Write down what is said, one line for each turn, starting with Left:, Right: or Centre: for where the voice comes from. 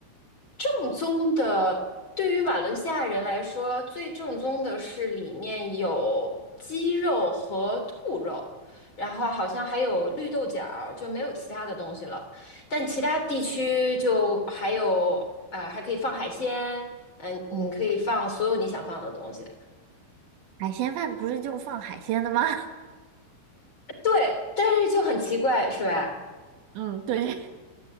Left: 正宗的，对于瓦伦西亚人来说，最正宗的是里面有鸡肉和兔肉，然后好像还有绿豆角儿就没有其他的东西了。但其他地区就还有啊、呃还可以放海鲜，嗯、你可以放所有你想放的东西。
Right: 嗯，海鲜饭不是就是放海鲜的吗？<laughs>
Left: 对，但是就很奇怪，是吧？
Right: 嗯，对